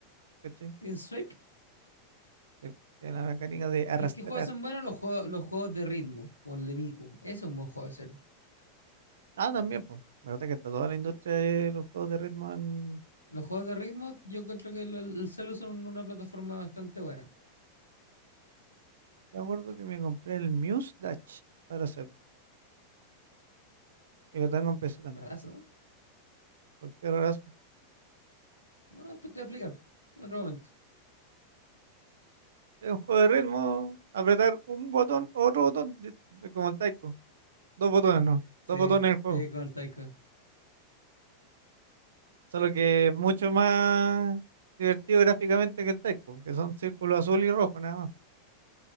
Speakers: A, on the right; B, on the left.
A: ¿cachai?
B: Tienen Swipe.
A: Sí, tienen la mecánica de
B: ¿Sabéis
A: arrastrar.
B: qué juegos son buenos? Los juegos, los juegos de ritmo, como el de Miku. Ese es un buen juego de celu.
A: Ah, también, pues, la verdad que está toda la industria de los juegos de ritmo en...
B: Los juegos de ritmo, yo creo que el, el celu son una plataforma bastante buena.
A: Yo me acuerdo que me compré el Muse Dash para hacerlo. Y lo tengo en PC también.
B: Rarazo.
A: ¿Por qué razón?
B: No, No, después te voy a explicar. En otro momento.
A: Es un juego de ritmo, apretar un botón, otro botón, li- es como el taiko. Dos botones, no.
B: Sí,
A: Dos botones en el juego.
B: sí, con el Taika.
A: Solo que es mucho más divertido gráficamente que el Taiko, que son círculos azul y rojo nada más.